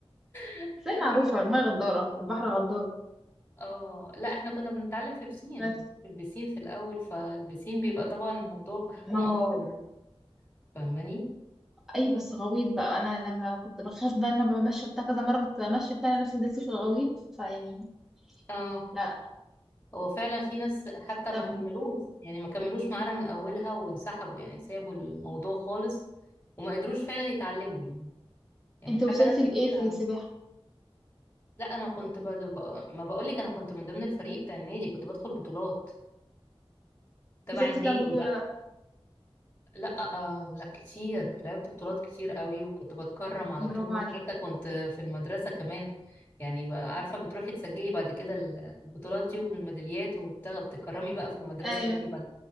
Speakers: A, on the left; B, in the centre.
A: <laughs>
B: بس
A: تمام
B: هي معروفه الميه غداره البحر غدار
A: اه لا احنا كنا بنتعلم في بسين
B: بس
A: في البسين في الاول فالبسين بيبقى طبعا الموضوع محكوم
B: ما
A: اكتر
B: هو
A: فاهماني
B: اي بس غويط بقى انا لما كنت بخاف بقى ان انا بمشي بتاع كذا مره كنت بمشي بتاع أنا نفسي نزلت في الغويط فيعني
A: اه
B: لا
A: هو فعلا في ناس حتى
B: طب
A: ما كملوش يعني ما كملوش معانا من اولها وانسحبوا يعني سابوا الموضوع خالص وما قدروش فعلا يتعلموا يعني يعني
B: انت
A: حتى
B: وصلتي
A: ناس كتير
B: لايه في
A: عرف
B: السباحه
A: لا انا كنت بد... ب- ما بقولك انا كنت من ضمن الفريق بتاع النادي كنت بدخل بطولات تبع
B: كسبت
A: النادي
B: كام بطولة
A: بقى
B: بقى
A: لا آه لا كتير لعبت بطولات كتير قوي وكنت بتكرم على
B: برافو
A: طول
B: عليك
A: حتى كنت في المدرسة كمان يعني بقى عارفة بتروحي تسجلي بعد كده ال- البطولات دي والميداليات وبتكرمي بقى في المدرسة
B: ايوه
A: دايما